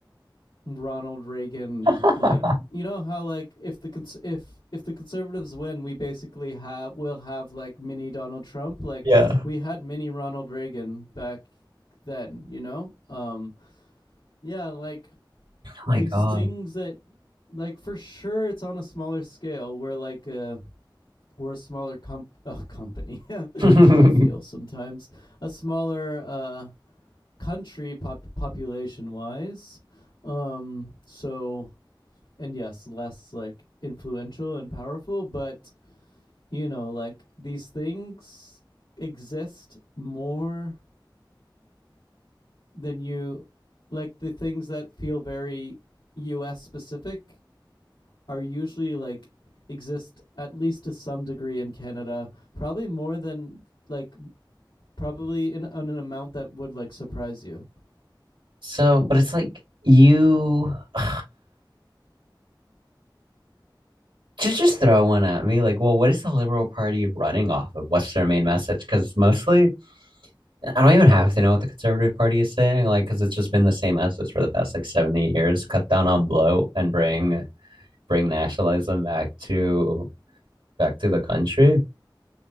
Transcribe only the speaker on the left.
Ronald Reagan.
Like you know how like if the cons- if if the conservatives win, we basically have we'll have like mini Donald Trump. Like
we had mini Ronald Reagan back then. You know, um, yeah, like
these
things that like for sure it's on a smaller scale where like uh we're a smaller comp- uh, company. <laughs> That's
how it feels sometimes. A smaller uh, country pop- population wise. Um, so, and yes, less like influential and powerful, but you know, like these things exist more than you like the things that feel very US specific are usually like exist at least to some degree in Canada, probably more than like probably in, in an amount that would like surprise you.